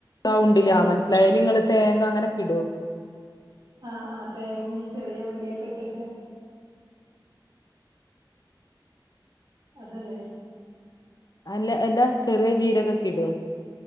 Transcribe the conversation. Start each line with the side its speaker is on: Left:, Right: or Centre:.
Left: റൗണ്ടില് ആഹ് മനസിലായി അയ്ല് നിങ്ങള് തേങ്ങ അങ്ങനൊക്കെ ഇടോ
Right: ആഹ് ആഹ് തേങ്ങയും ചെറിയ ഉള്ളിയൊക്കെ ഇട്ടിട്ട് അതല്ലേ
Left: അല്ല അല്ലാ ചെറിയ ജീരകൊക്കെ ഇടോ